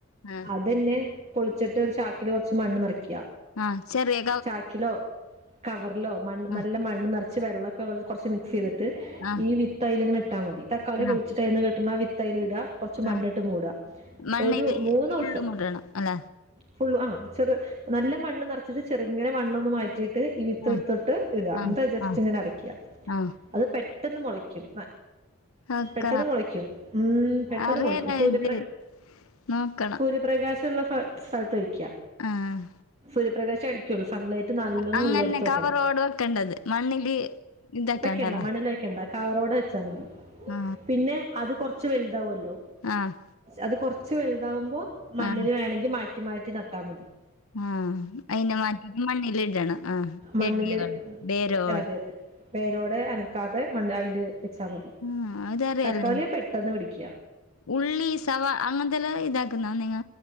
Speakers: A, on the left; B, on the right.
A: ആ
B: അതന്നെ പൊളിച്ചിട്ട് ഒരു ചാക്കില് കുറച്ച് മണ്ണ് നിറക്കിയ
A: ആഹ ചെറിയെ
B: ചാക്കിലോ കവറിലോ മണ്ണ് നല്ല
A: ആ
B: മണ്ണ് നിറച്ച് വെള്ളമൊക്കെ കുറച്ച് മിക്സ് ചെയ്തിട്ട്
A: ആ
B: ഈ വിത്തല ഇങ്ങെ ഇട്ടാൽ മതി തക്കാളി
A: ആ
B: പൊളിട്ടായിന്ന് കട്ടണ വിത്തൽ അയില് ഇടാ കെറച്ച് മണ്ണിട്ട്
A: ആ
B: മൂടാ
A: മണ്ണില്
B: ഒരു മൂന്നുസം
A: ഫുള്ള് മുടണം അല്ല
B: ഫുള്ള് ആ ചെറു നല്ല മണ്ണ് നിറച്ചിട്ട് ചെറുങ്ങനെ മണ്ണൊന്ന് മാറ്റിട്ട് ഇത്തട്ടട്ട്
A: ആ
B: ഇട
A: ആ
B: എൻ റ്റ് ജസ്റ്റ്
A: ആ
B: ഇങ്ങനെ അടക്ക
A: ആ
B: അത് പെട്ടെന്ന് മെളയ്ക്കും
A: അക്ക
B: പെട്ടെന്ന് മെളയ്ക്കും ഉം പെട്ടെന്ന്
A: അറിയാല
B: മൊളയ്ക്കും സൂര്യപ്ര
A: ഇത് നോക്കണം
B: സൂര്യ പ്രകാശുള്ള സ്ഥലത്ത് വയ്ക്ക
A: ആഹ്
B: സൂര്യപ്രകശ അടിക്കുള്ളൂ സൺലൈറ്റ് നല്ലോണം
A: അങ്ങനെ
B: ഉള്ളടുത്ത് വെക്കണം
A: കവറോട് വെക്കേണ്ടത് മണ്ണില് ഇതാക്കണ്ടല്ലേ
B: വെക്കണ്ട മണിൽ വെക്കണ്ട കവറോടെ വെച്ചാമതി
A: ആ
B: പിന്നെ അത് കൊറച്ച് വലുതാവല്ലോ?
A: ആഹ്
B: അത് കെറച്ച് വലുതാവുമ്പോ മണ്ണല്
A: ആ
B: വേണങ്കി മാറ്റി മാറ്റി നട്ടാമതി.
A: ആഹ അയിന്നെ മാറ്റ മണ്ണല് ഇടണ ആഹ് ചെടിയോട്
B: മണ്ണിൽ
A: ബേരോട്
B: അതെ അതെ വേരോടെ അനക്കാതെ മണ് അയ്‌ല് വെച്ചാ മതി.
A: ആ അതറിയാലോ
B: തക്കാളിയ പെട്ടെന്ന് പിടിക്ക
A: ഉള്ളി സവാ അങ്ങനത്തെല്ലാം ഇതാക്കുന്നാ നിങ്ങ